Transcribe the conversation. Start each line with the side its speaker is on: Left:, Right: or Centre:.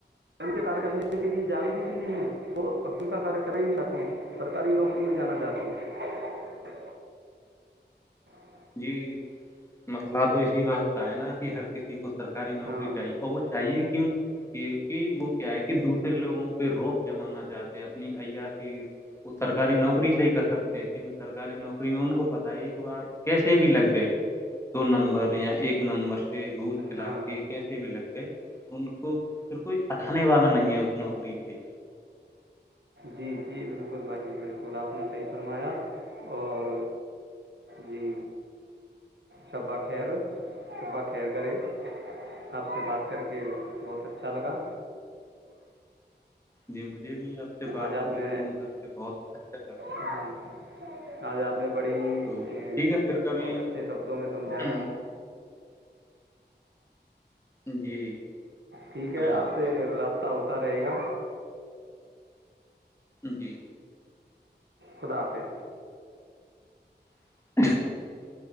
Right: ک کرنے کے لیے جاگروک ہی نہیں ہے وہ ام کا کاریہ کرنا ہی نہیں چاہتے ہیں سرکاری نوکری میں جانا چاہتے ہیں <unintelligible>
Left: جی مسئلہ تو اسی وقت کا ہے نا کہ ہر کسی کو سرکاری نوکری
Right: ہاں
Left: چاہیے اور وہ چاہیے کیوں کہ کہ وہ کیا ہے کہ دوسرے لوگوں پہ روخ جمانا چاہتے ہیں اپنی ایا کی وہ سرکاری نوکری سے ہی کر سکتے ہیں کیونکہ سرکاری نوکری کر کو پتا ہے ایک بار کیسے بھی لگ گئے دو نمبر یا ایک نمبر گوس چلا
Right: ہاں
Left: کے کیس بھی لگ گئے ان کو پھر کوئی اٹھانے والا نہیں ہے اس نوکری سے
Right: جی جی بالکل بھائی بالکل آپ نے صحیح فرمایا اور جی شبہ خیر شبہ خیر کرے آپ سے بات کر کے بہت اچھا لگا
Left: جی میں <inaudible> یہ بھی آپ سے بات
Right: آج آپ
Left: گپتوم
Right: نے
Left: کر کے بہت اچھا لگا
Right: جی آج آپ نے بڑے ہی
Left: تو ٹھیک ہے پھر کبھی
Right: اور اچھے شبدوں میں سمجھایا
Left: ہ جی
Right: ٹھیک
Left: اللہ
Right: ہے آپ
Left: حافظ
Right: سے رابطہ ہوتا رہے گا
Left: جی
Right: خدا حافظ
Left: <unintelligible>